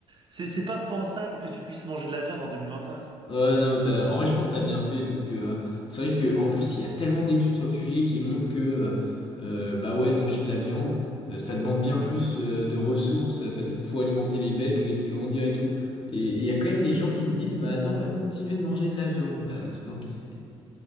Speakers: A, on the right (about 35°); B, on the left (about 40°).
A: c'est c'est pas pensable que tu puisses manger de la viande en 2025.
B: Ouais, non, mais t'as- en vrai, je pense que t'as bien fait parce que euh, c'est vrai que en plus, il y a tellement d'études sur le sujet qui montrent que euh, euh, bah ouais, manger de la viande, euh, ça demande bien plus euh, de ressources euh, parce qu'il faut alimenter les bêtes, les laisser grandir et tout. Et et il y a quand même des gens qui se disent, bah attends, on va continuer de manger de la viande. Bah, non, mais c'est